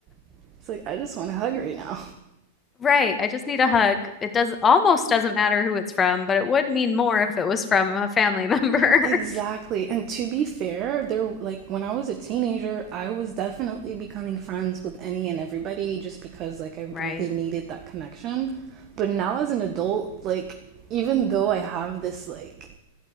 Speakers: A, on the right; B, on the left.
A: <laughs> it's like I just want to hug right now.
B: Right. I just need a hug. It does almost doesn't matter who it's from, but it would mean more if it was from a family <laughs> member.
A: Exactly. And to be fair, there like when I was a teenager, I was definitely becoming friends with any and everybody just because like I
B: Right.
A: really needed that connection. But now as an adult, like even though I have this like